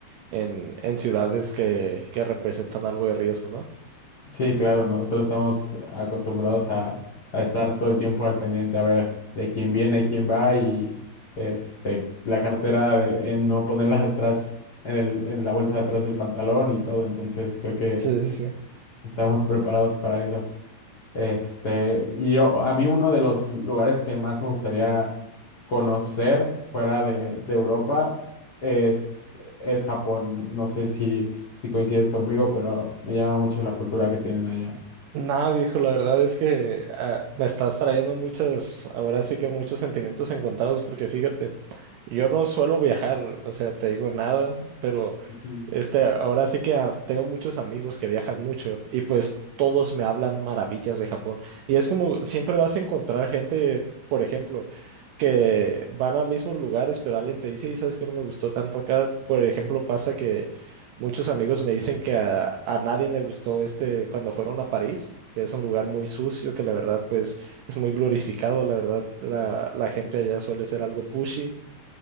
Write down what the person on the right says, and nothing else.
en, en ciudades que, que representan algo de riesgo, ¿no?
Sí, sí. sí.
Nada, viejo, la verdad es que ah, me estás trayendo muchas, ahora sí que muchos sentimientos encontrados, porque fíjate, yo no suelo viajar, o sea, te digo nada, pero
este, ahora sí que ah, tengo muchos amigos que viajan mucho y pues todos me hablan maravillas de Japón. Y es como siempre vas a encontrar gente, por ejemplo, que van a mismos lugares, pero alguien te dice, y sabes que no me gustó tanto acá. Por ejemplo, pasa que muchos amigos me dicen que a, a nadie le gustó este cuando fueron a París, que es un lugar muy sucio, que la verdad pues es muy glorificado, la verdad la, la gente allá suele ser algo pushy